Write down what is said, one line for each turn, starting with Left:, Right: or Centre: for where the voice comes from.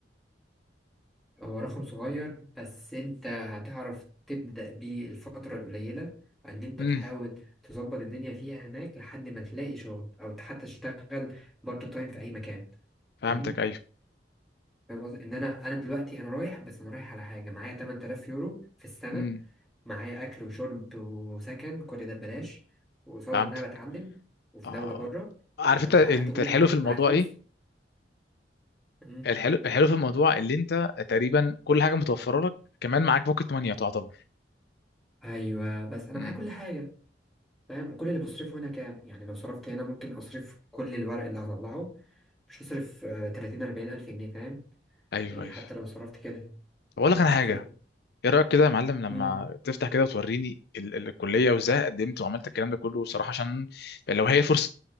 Centre: هو رقم صغير بس انت هتعرف تبدأ بيه الفترة القليلة ان انت
Left: امم
Centre: تحاول تظبط الدنيا فيها هناك لحد ما تلاقي شغل او حتى تشتغل بارت تايم في اي مكان
Left: فهمتك
Centre: فاهمني
Left: ايوه
Centre: فاهم قصدي ان انا انا دلوقتي انا رايح بس انا رايح على حاجة معايا 8000 يورو في السنة
Left: امم
Centre: معايا اكل وشرب وسكن كل ده ببلاش وقصاد
Left: فهمتك
Centre: ان انا بتعلم وفي
Left: اه
Centre: دولة بره
Left: عارف
Centre: يبقى
Left: انت
Centre: انا
Left: انت
Centre: حققت كل
Left: الحلو
Centre: حاجة
Left: في الموضوع
Centre: معايا فلوس
Left: ايه
Centre: مم.
Left: الحلو الحلو في الموضوع اللي انت تقريبا كل حاجه متوفره لك كمان معاك بوكيت مانيا تعتبر
Centre: ايوه بس انا
Left: امم
Centre: معايا كل حاجة فاهم كل اللي بصرفه هنا كام يعني لو صرفت هنا ممكن اصرف كل الورق اللي هطلعه مش هصرف آه، 30 40 الف جنيه فاهم
Left: ايوه
Centre: يعني
Left: ايوه
Centre: حتى لو صرفت كده
Left: اقول لك
Centre: مفيش
Left: انا
Centre: مشكلة
Left: حاجه ايه رايك كده يا معلم لما
Centre: امم
Left: تفتح كده وتوريني ال ال الكليه وازاي قدمت وعملت الكلام ده كله صراحه عشان لو هي فرصه